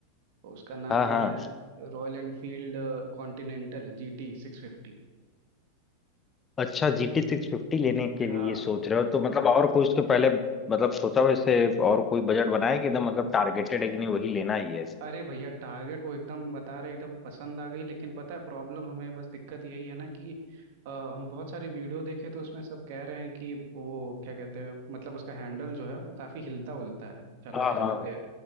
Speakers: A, on the right; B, on the left.
A: उसका नाम
B: हाँ हाँ
A: है Royal Enfield Continental G T six fifty
B: अच्छा जी टी सिक्स फिफ्टी लेने के लिए
A: हाँ,
B: सोच रहे हो तो मतलब और कोई उसके पहले मतलब सोचा हो इससे और कोई बजट बनाया कि एकदम मतलब टारगेटेड है कि नहीं वही लेना ही है
A: अरे भैया टारगेट वो एकदम बता रहे एकदम पसंद आ गई लेकिन पता है प्रॉब्लम हमें बस दिक्कत यही है ना कि अ, हम बहुत सारी वीडियो देखे तो उसमें सब कह रहे हैं कि वो क्या कहते हैं मतलब उसका हैंडल जो है वो काफी हिलता उलता है चलाते
B: हाँ
A: चलाते
B: हाँ